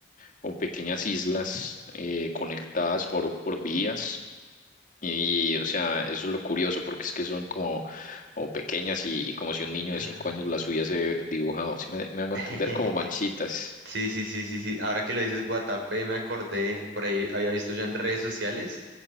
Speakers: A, on the left; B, on the right.
A: como pequeñas islas eh, conectadas por, por vías. Y, o sea, eso es lo curioso, porque es que son como, como pequeñas y, y como si un niño
B: Ah,
A: de cinco años las hubiese dibujado. Si me, me hago
B: <laughs>
A: entender, como manchitas.
B: Sí, sí, sí, sí, sí. Ahora que lo dices, Guatapé, me acordé, por ahí había visto yo en redes sociales